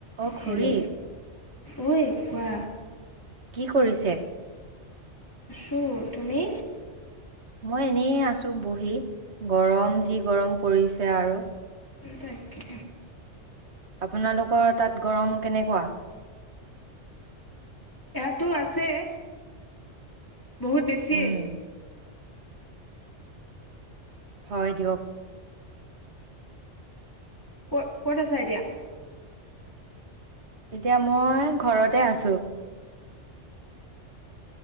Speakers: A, on the right; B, on the left.
A: অ
B: hello
A: খুুৰী
B: ঐ কোৱা
A: কি কৰিছে
B: ত তুমি
A: মই এনেই আছো বহি গৰম যি গৰম পৰিছে আৰু
B: তাকে
A: আপোনালোকৰ তাত গৰম কেনেকুৱা
B: ইয়াতো আছে বহুত বেছিয়ে
A: উম হয় দিয়ক
B: কত ক'ত আছা এতিয়া
A: এতিয়া মই ঘৰতে আছো